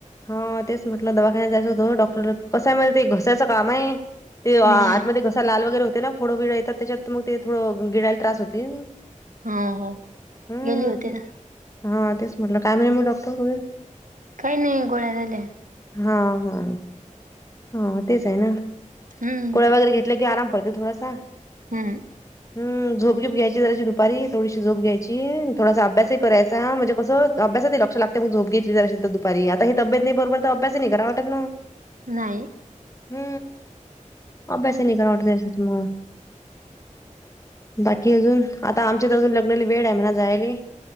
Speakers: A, on the left; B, on the right.
A: हा तेच म्हटलं दवाखान्यात जायचं होतं, डॉक्टरला कसय माहिती ते घशाचं काम आहे. ते आतमध्ये
B: हम्म
A: घसा लाल वगैरे होते ना फोड बिड येतात, त्याच्यात मग ते थोडं गिळायला त्रास होते.
B: हा हो
A: हम्म
B: गेली होती ना.
A: हा तेच म्हटलं, काय म्हणे डॉक्टर बोलले.
B: काही नाही, गोळ्या दिल्या.
A: हा हा. हा तेच हे ना
B: हम्म
A: गोळ्या वगैरे घेतल्या की आराम पडते थोडासा.
B: हम्म.
A: हझोप घीप घ्यायची जराशी दुपारी थोडीशी झोप घ्यायची थोडासा अभ्यासही करायचा म्हणजे कस अभ्यासत ही लक्ष लागते झोप घेतली जराशी दुपारी. आता हे तब्येत नाही बरोबर तर अभ्यास नाही करावा वाटत ना.
B: नाही.
A: हू अभ्यास नाही करावा वाटत, याच्यासमोर. बाकी अजून, आता आमच्यात अजून लग्नाला वेळ आहे म्हणा जायला.